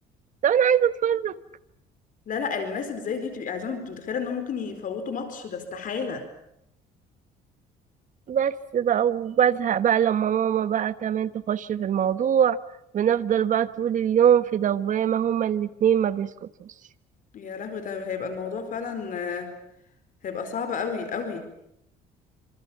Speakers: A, on the right; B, on the left.
A: طب انا عايزه اتفرج
B: لا لا الناس اللي زي دي بتبقى عايزة انت متخيلة انهم ممكن يفوتوا ماتش ده استحالة
A: بس بقى وبزهق بقى لما ماما بقى كمان تخش في الموضوع بنفضل بقى طول اليوم في دوامه هما الاتنين ما بيسكتوش
B: يا لهوي ده هيبقى الموضوع فعلا آه، هيبقى صعب قوي قوي